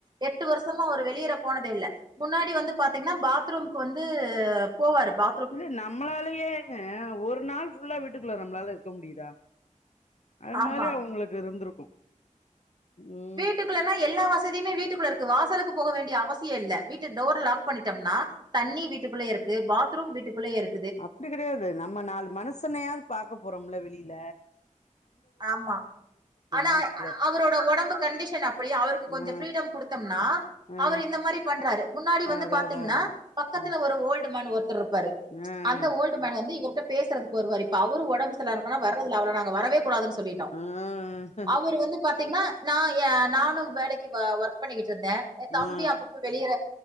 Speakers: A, on the right (about 30°); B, on the left (about 55°).
A: எட்டு வரு ஷமா அவரு வெளியேற போனதே இல்ல முன்னாடி வந்து பாத்தீங்கன்னா பாத்ரூம்க்கு வந்து போவாரு பா
B: இல்ல நம்மளாலயே ஒரு நாள் ஃபுல்லா வீட்டுக்குள்ள நம்மளால இருக்க முடிதா அது
A: ஆமா
B: மாரி அவுங்களுக்கு இருந்திருக்கு ம்
A: வீட்டுக்குள்ளனா எல்லா வசதிமே வீட்டுக்குள்ள இருக்கு வாசலுக்கு போக வேண்டிய அவசியோ இல்ல வீட்ட டோர் லாக் பண்ணிட்டம்னா தண்ணி வீட்டுக்குள்ளயே இருக்கு பாத்ரூம் வீட்டுக்குள்ளயே இரு
B: அப்டி கெடையாது நம்ம நாலு மனுசனையாவது பாக்க போறோமல்ல வெளில
A: ஆமா ஆனா
B: மனசுக்குள்ள
A: அவரோட ஒடம்பு கண்டிஷன் அப்டி அவருக்கு கொஞ்சோ
B: ஆ
A: ஃப்ரீடம் குடு த்தம்னா
B: ஆ
A: அவரு இந்த மாரி பண்றாரு முன்னாடி வந்து
B: அதா
A: பாத்தீங்கன்னா
B: அதா அதா
A: பக்கத்துல
B: ம்
A: ஒரு ஓல்டு மேன் ஒருத்தர் இருப்பாரு
B: ஆ
A: அந்த ஓல்டு மேன் வந்து இவர்ட்ட பேசறதுக்கு வருவாரு இப்ப அவரு உடம்பு சரியில்லாதிருக்கனால வர்ரதில்ல அவர நாங்க வரவே கூடாது சொல்லிட்டோ
B: ஆ ஆ
A: அவரு வந்து பாத்தீங்னா நா ஏ நானு வேலைக்கு ஒர்க் பண்ணிக்கிட்டு இருந்த என் தம்பி
B: ஆ
A: அப்பப்ப வெளிய